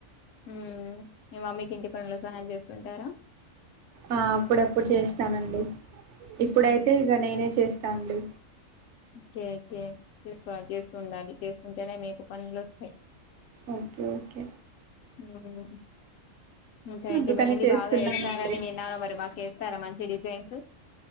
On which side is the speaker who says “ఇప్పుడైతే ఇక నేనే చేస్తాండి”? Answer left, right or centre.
Right